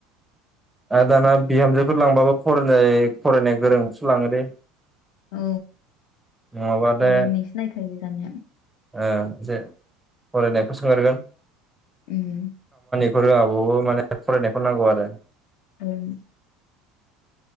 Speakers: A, in the centre; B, on the left.
A: आरो दाना बिहामजोफोर लांबाबो फराय फरायनाय गोरोंखौसो लाङोलै
B: औ
A: नङाबाथाय
B: फरायनायसो नायखायो दानिया
A: ओ जे फरायनायखौ सोंग्रोगोन।
B: उम
A: फोरोङाबाबो माने फरायनायखौ नांगौ आरो
B: <unintelligible>